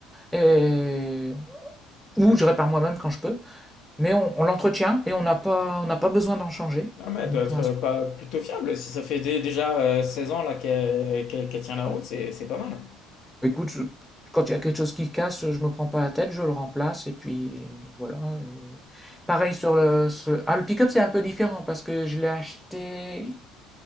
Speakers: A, in the centre; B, on the left.
A: et où je répare moi-même quand je peux. Mais on, on l'entretient et on n'a pas, on n'a pas besoin d'en changer.
B: Non, mais elle
A: Donc
B: doit être
A: pour l'instant,
B: euh, pas plutôt fiable. Si ça fait dé- déjà euh, 16 ans là qu'elle qu'elle- qu'elle tient la
A: ouais.
B: route, c'est c'est pas mal.
A: Écoute, je- quand il y a quelque chose qui casse, je me prends pas la tête, je le remplace et puis voilà. et- Pareil sur le, ce- ah, le pick-up, c'est un peu différent parce que je l'ai acheté,